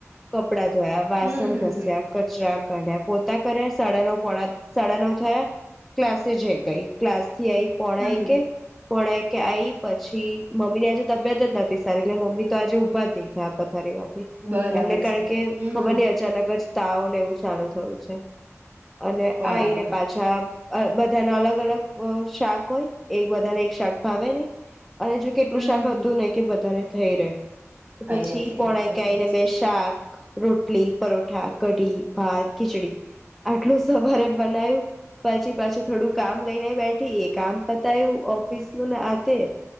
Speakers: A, in the centre; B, on the right.
A: કપડા ધોયા, વાસણ
B: હમ
A: ઘસ્યા, કચરા કઢ્યા પોતા કર્યા સડલો પોણા સાડા નવ થયા ક્લાસે જઈ ગઈ ક્લાસ સિયાઈ પોણા
B: હમ
A: એકે પોણા એકે આઈ પછી મમ્મી ની આજે તબિયત જ નથી સારી એટલે મમ્મી તો આજે ઉભા જ નહી થયા પથારી માંથ એમને
B: બરાબર
A: કારણ
B: છે
A: કે
B: હમ
A: ખબર નઈ અચાનક જ તાવ એવું ચાલુ થયું છે અને
B: બરાબર
A: આયરે પાછાબ બધા ન અલગ અલગ શાક હોય, એક બધાને એક શાક ભાવે નઈ અને જો કેટલું
B: હમ
A: શાક
B: હમ
A: હતું ને કે વધારે થઈ રેહ તો
B: થઈ
A: પછી
B: રે થઈ
A: પોના
B: રે સત્ય
A: એકે આવીને બે શાક રોટલી, પરોઠા, કઢી, ભાત, ખીચડી આટલું સવારે બનાય્યું પછી પાછી થોડું કામ લઈને બેઠી એ કામ પતાયું ઓફિસ નું આતે,